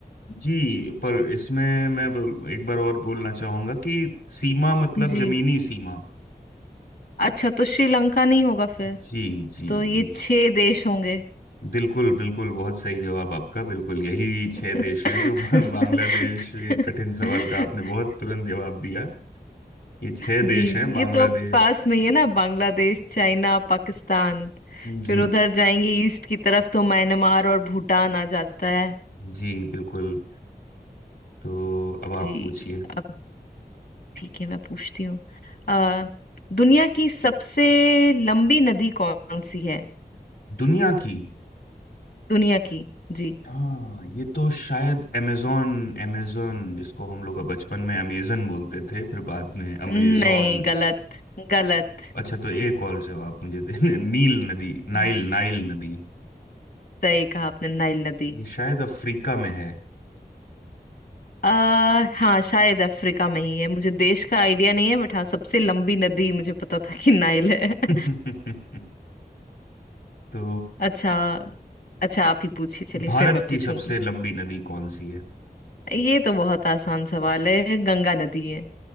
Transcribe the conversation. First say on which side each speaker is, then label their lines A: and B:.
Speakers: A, on the left; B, on the left.
A: जी पर इसमें मैं बोल- एक बार और बोलना चाहूंगा कि सीमा मतलब
B: जी
A: जमीनी सीमा
B: अच्छा तो श्रीलंका नहीं होगा फिर
A: जी जी
B: तो ये
A: जी
B: छह देश होंगे
A: बिल्कुल बिल्कुल बहुत सही जवाब आपका बिल्कुल यही छह
B: <laughs>
A: देश हैं जो <laughs> ब- बांग्लादेश ये कठिन सवाल का आपने बहुत तुरंत जवाब दिया ये छह
B: जी
A: देश हैं बांग्लादेश
B: ये तो पास में ही है ना बांग्लादेश चाइना पाकिस्तान
A: जी
B: फिर उधर जाएंगे ईस्ट की तरफ तो म्यांमार और भूटान आ जाता है
A: जी बिल्कुल तो अब आप
B: जी
A: पूछिए
B: अब ठीक है मैं पूछती हूँ अ, दुनिया की सबसे लंबी नदी कौन सी है
A: दुनिया की
B: दुनिया की जी
A: हाँ ये तो शायद अमेजोन अमेजोन जिसको हम लोग बचपन में अमेजन बोलते थे फिर बाद में अमेजोन
B: नहीं गलत गलत
A: अच्छा तो एक और जवाब मुझे देने नील नदी नाइल
B: जी,
A: नाइल नदी
B: सही कहा आपने नाइल नदी
A: ये शायद अफ्रीका में है
B: आ, हाँ शायद अफ्रीका में ही है मुझे देश का आइडिया नहीं है बट हाँ सबसे लंबी नदी मुझे पता था कि नाइल है <laughs>
A: <laughs> तो
B: अच्छा अच्छा आप ही पूछिए चलिए
A: भारत
B: फिर मैं
A: की
B: पूछूंगी
A: सबसे लंबी नदी कौन सी है
B: ये तो बहुत आसान सवाल है गंगा नदी है